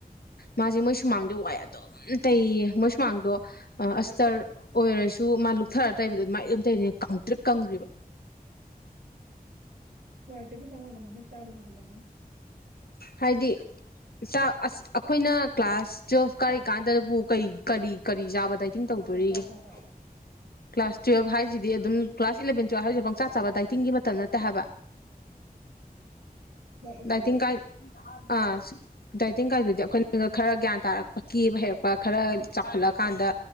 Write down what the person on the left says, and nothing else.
ꯃꯥꯁꯦ ꯃꯣꯏ ꯁꯨꯃꯥꯡꯗꯣ ꯋꯥꯏ ꯑꯗꯨꯝ ꯇꯩꯌꯦꯌꯦ ꯃꯣꯏ ꯁꯨꯃꯥꯡꯗꯣ ꯑꯁꯇꯔ ꯑꯣꯏꯔꯁꯨ ꯃꯥ ꯂꯨꯛꯊꯔ ꯇꯩꯕꯗꯣ ꯑꯗꯨꯃꯥꯏ ꯑꯗꯨꯝ ꯇꯩꯗꯣꯏ ꯀꯪꯇꯔ꯭ꯤꯛ ꯀꯪꯒꯔ꯭ꯤꯕ
ꯍꯥꯏꯗꯤ ꯆꯥꯛ ꯑꯁ ꯑꯈꯣꯏꯅ ꯀ꯭ꯂꯥꯁ ꯇꯨꯋꯦꯜꯐ ꯀꯥꯔꯤꯀꯥꯟꯗꯕꯨ ꯀꯩ ꯀꯔꯤ ꯀꯔꯤ ꯆꯥꯕꯗꯩꯩ ꯇꯤꯡ ꯇꯧꯗꯣꯔꯤꯌꯦ
ꯀ꯭ꯂꯥꯁ ꯇꯨꯋꯦꯜꯞ ꯍꯥꯏꯁꯤꯗꯤ ꯑꯗꯨꯝ ꯀ꯭ꯂꯥꯁ ꯏꯂꯦꯚꯦꯟ ꯇꯨꯋꯦꯜꯞ ꯍꯥꯏꯔꯤꯁꯦ ꯄꯪꯆꯥ ꯆꯥꯕ ꯗꯥꯏꯇꯤꯡꯒꯤ ꯃꯇꯝ ꯅꯠꯇꯦ ꯍꯥꯏꯕ
ꯗꯥꯏꯇꯤꯡ ꯀꯥꯏ ꯑꯥ ꯗꯥꯇꯤꯡ ꯀꯥꯏꯗꯨꯗꯤ ꯑꯩꯈꯣꯏꯅ ꯈꯔ ꯒ꯭ꯌꯥꯟ ꯇꯥꯔꯛꯄ ꯀꯦꯕ ꯍꯩꯔꯛꯄ ꯈꯔ ꯆꯥꯎꯈꯠꯂꯛꯑꯀꯥꯟꯗ